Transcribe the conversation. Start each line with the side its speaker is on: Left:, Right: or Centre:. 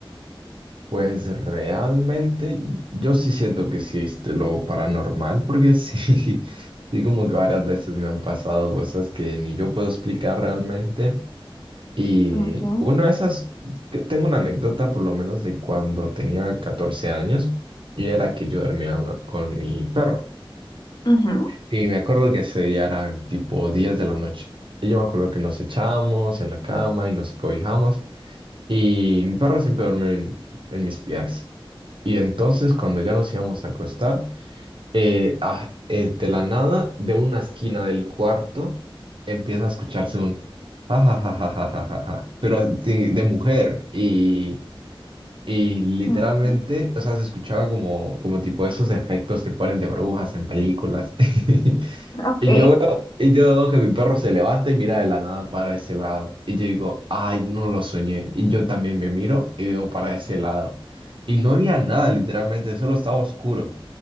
Right: Pues realmente yo sí siento que existe lo paranormal, porque sí, <laughs> sí como que varias veces me han pasado cosas que ni yo puedo explicar realmente. Y
Left: Ok,
Right: una de esas, que tengo una anécdota por lo menos de cuando tenía 14 años y era que yo dormía una- con mi perro.
Left: Ujú,
Right: Y me acuerdo que ese día eran tipo 10 de la noche. Y yo me acuerdo que nos echamos en la cama y nos acobijamos. Y mi perro siempre duerme en, en mis piernas. Y entonces cuando ya nos íbamos a acostar, eh, ah, eh, de la nada, de una esquina del cuarto, empieza a escucharse un ja, ja, ja, ja, ja, ja, ja, ja", pero así de, mujer. Y, y literalmente,
Left: ok,
Right: o sea, se escuchaba como, como tipo esos efectos que ponen de burbujas en películas. <laughs>
Left: ok,
Right: Y yo veo, y yo veo que mi perro se levanta y mira de la nada para ese lado. Y yo digo, ay, no lo soñé. Y yo también me miro y veo para ese lado. Y no había nada, literalmente, solo estaba oscuro.